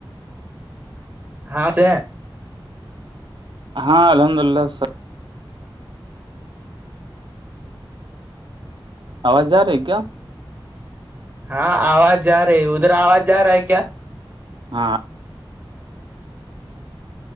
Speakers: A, on the right (about 25°); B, on the right (about 60°).
A: ہاں سے
B: ہاں الحمد للہ سب۔ آواز جا رہی ہے کیا
A: ہاں آواز جا رہی ہے ادھر آواز جا رہا ہے کیا
B: ہاں